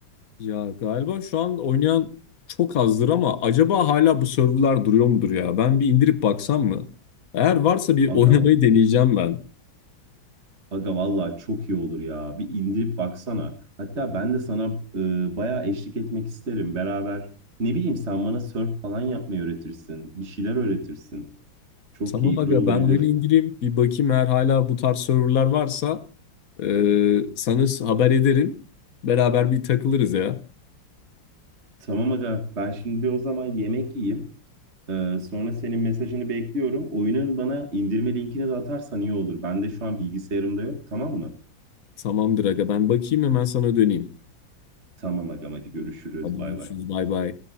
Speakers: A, on the left (about 50°); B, on the right (about 35°).
A: Ya galiba şu an oynayan çok azdır ama acaba hala bu serverlar duruyor mudur ya? Ben bir indirip baksam mı? Eğer varsa bir
B: Aga
A: <laughs> oynamayı deneyeceğim ben.
B: Aga vallahi çok iyi olur ya. Bir indirip baksana. Hatta ben de sana e, bayağı eşlik etmek isterim beraber. Ne bileyim sen bana surf falan yapmayı öğretirsin. Bir şeyler öğretirsin. Çok
A: Tamam
B: keyifli
A: aga
B: olabilir.
A: ben oyunu indireyim. Bir bakayım eğer hala bu tarz serverlar varsa e, sana s- haber ederim. Beraber bir takılırız ya.
B: Tamam aga ben şimdi bir o zaman yemek yiyeyim. E, sonra senin mesajını bekliyorum. Oyunun bana indirme linkini de atarsan iyi olur. Ben de şu an bilgisayarımda yok tamam mı?
A: Tamamdır aga ben bakayım hemen sana döneyim.
B: Tamam aga hadi görüşürüz
A: Hadi
B: bay
A: görüşürüz
B: bay.
A: bay bay.